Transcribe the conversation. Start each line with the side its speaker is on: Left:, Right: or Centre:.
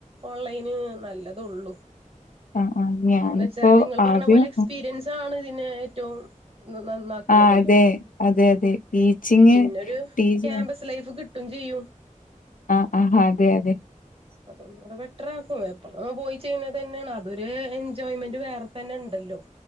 Right: ഓൺലൈന് നല്ലതൊള്ളൂ
Left: ആഹ് ആഹ് ഞാനിപ്പോ
Right: എന്ന് വച്ചാല് നിങ്ങ
Left: ആദ്യം
Right: പറഞ്ഞ പോലെ എക്സ്പീരിയൻസണ് ഇ ന്നെ ഏറ്റോം നന്നാക്കണതല്ലേ
Left: ആഹ് അതെ അതെ അതെ ടീച്ചിങ്
Right: പിന്നോരു
Left: ടീച്ച
Right: ക്യാമ്പസ് ലൈഫ് കിട്ടും ചെയ്യും
Left: ആഹ് ആ അതെ അതെ
Right: അതൊന്നുടെബെറ്ററാക്കും എപ്പളും അത് പോയി ചെയ്യുന്നത് തന്നെയാണ് അതൊരു എൻജോയ്മെന്റ് വേറെ തന്നെ ഉണ്ടല്ലോ